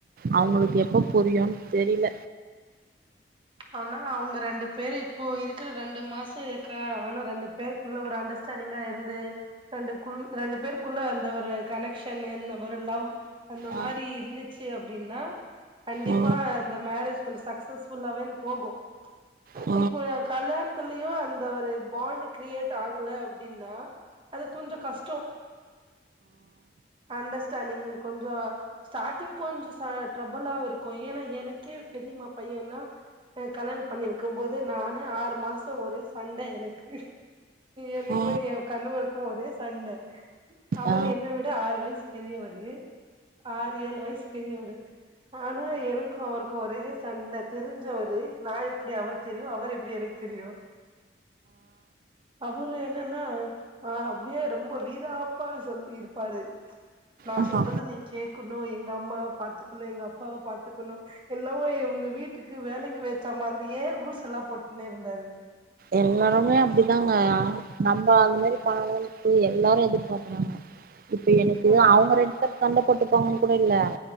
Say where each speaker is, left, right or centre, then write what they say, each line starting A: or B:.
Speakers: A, on the right (about 50°); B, on the right (about 30°).
A: அவுங்களுக்கு எப்ப புரியுன் தெரில
B: ஆனா அவுங்க ரெண்டு பேரு இப்போ இருக்கற ரெண்டு மாசோ இருக்கா ஆனா ரெண்டு பேருக்குள்ள ஒரு அண்டர்ஸ்டாண்டிங்கா இருந்து ரெண்டு குள் ரெண்டு பேருக்குள்ள அந்த ஒரு கனெக்ஷன்னு ஒரு லவ் அந்த
A: அ
B: மாரி இருந்துச்சு அப்டின்னா கண்டிப்பா
A: அ
B: இந்த மேரேஜ் கொஞ்சோ சக்சஸ்ஃபுல்லாவே போகும்
A: அ
B: இப்போ கல்யாணத்துலயு அந்த ஒரு பாண்ட் கிரியேட் ஆகல அப்டின்னா அது கொஞ்சோ கஷ்டோ அண்டர்ஸ்டாண்டிங் கொஞ்சோ ஸ்டாட்டிங் கொஞ்சோ ச ட்ரபிளா இருக்கு ஏனா எனக்கே பெரியமா பையனா எனக் கல்யாணோ பண்ணி வைக்கும் போது நானே ஆறு மாசோ ஒரே சண்டை எனக்கு என்னைக்கோ
A: அ
B: ஏ கண்வர் க்கு ஒரே சண்ட அவரு
A: அ
B: என்ன வச் இஸ் பெரியவரு ஆறு ஏழு வயசு பெரியவரு ஆனா எனக்கு அவருக்கு ஒரே சண்ட தெரிஞ்சவரு நா எப்டி அவருக்கு தெரியு அவருக்கு எப்டி எனக்கு தெரியு அவரு என் என்னன்னா ஆஹ் அப்டியே ரொம்ப வீராப்பா சொல்லி இரு பாரு நா
A: ஆஹா
B: சொல்றது நீ கேட்கணு எங் எங்க அம்மாவ பாத்துக்கணு எங்க அப்பாவ பாத்துக்கணு என்னவோ இவுங்க வீட்டுக்கு வேலைக்கு வச்சா மாதிரியே ரூல்ஸ்ஸெல்லா போட்டுன்னே இருந்தாரு
A: எல்லாருமே அப்படி தாங்க நம்ப அது மாதிரி <unintelligible> எல்லாரு எதிர் பாக்கறாங்க இப்ப எனக்கு
B: ம்
A: அவுங்க ரெண்டு பேரு சண்டப் போட்டுப்பாங்கனு கூடல்ல